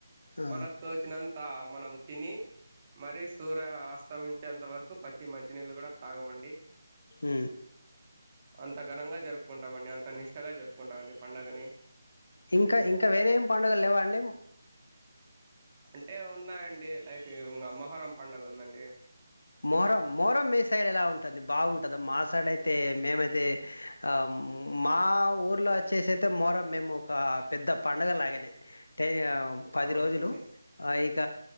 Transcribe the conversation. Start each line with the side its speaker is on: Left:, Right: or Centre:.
Left: ఆ
Right: మనకు తోచినంత మనం తిని మరిస్ సూర్య ఆస్తమించేంత వరకు పచ్చి మంచినీళ్ళు కూడా తాగమండి.
Left: ఊ
Right: అంత ఘనంగా జరుపుకుంటామండి. అంత నిష్టగా జరుపుకుంటామండి పండుగని.
Left: ఇంకా ఇంకా వేరే ఏం పండుగలు లేవ అండి?
Right: అంటే ఉన్నాయండి లైక్ ఇ మొహరం పండుగ ఉందండి.
Left: మొహరం మొహరం మీ సైడ్ ఎలా ఉంటది? బావుంటద మా సైడ్ అయితే మేమైతే ఆ మా ఊర్లో వచ్చేస అయితే మోహరం మేము ఒక పెద్ద పండుగ లాగనే ట పది
Right: అవునా
Left: రోజులు
Right: అండి
Left: ఆ ఇక